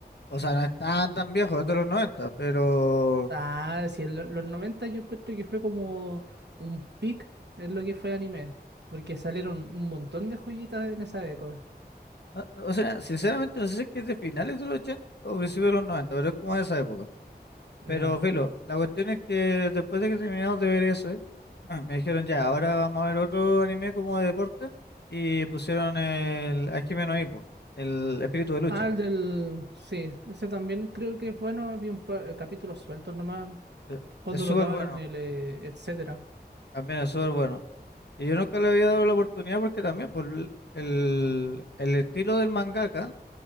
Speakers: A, on the left; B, on the right.
A: o sea, no es tan tan viejo, es de los 90, pero...
B: Ah, sí, en lo- los 90 yo encuentro que fue como un pic es lo que fue anime, porque salieron un montón de joyitas en esa década,
A: no- no, o sea, sinceramente no sé si es que es de finales de los 80 o principios de los 90, pero es como de esa época.
B: Ya.
A: Pero, filo, la cuestión es que después de que terminamos de ver eso, Ah, me dijeron ya, ahora vamos a ver otro anime como de deporte y pusieron el Hajime no Ippo, el espíritu de lucha.
B: Ah, el del... Sí, ese también creo que es bueno, había un pa- eh, capítulos sueltos nomás,
A: Eh,
B: cuando
A: Es súper
B: los daban
A: bueno,
B: en el... eh, etcétera.
A: también es súper bueno. Y yo nunca le había dado la oportunidad porque también por el, el el estilo del mangaka,